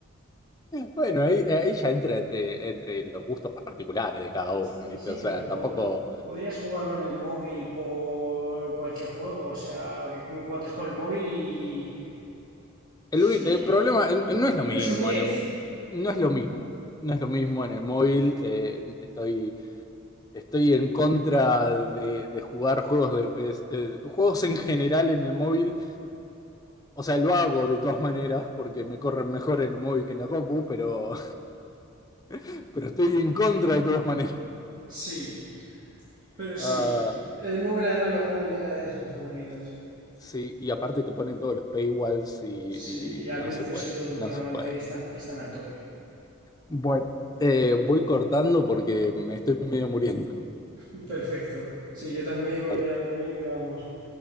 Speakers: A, on the left; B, on the right.
A: Bueno, ahí, ahí ya entra entre, entre los gustos particulares de cada uno,
B: Sí,
A: ¿viste?
B: sí,
A: O
B: pero
A: sea,
B: que, po-
A: tampoco.
B: que podrías jugarlo en el móvil por cualquier juego, o sea, que encuentres por el móvil y,
A: El, uni-
B: y,
A: el problema eh, no es lo
B: y
A: mismo
B: no es un 10.
A: en el, no es lo mismo. No es lo mismo en el móvil. eh, estoy, estoy en contra de, de jugar juegos de PS eh, juegos en general en el móvil. O sea, lo hago de todas maneras porque me corren mejor en el móvil que en la compu, pero, <laughs> pero estoy en contra de todas maneras.
B: Sí, pero sí.
A: Ah,
B: El móvil además los juegos ya cada día son más aburridos.
A: Sí, y aparte te ponen todos los paywalls y,
B: Sí, y
A: y no
B: anuncios
A: se puede,
B: y todo últimamente
A: no se puede.
B: están, están a tope.
A: Bueno. Eh, voy cortando porque me estoy medio muriendo.
B: <laughs> Perfecto. Sí, yo también me
A: Dale,
B: voy a ir a dormir, que vamos,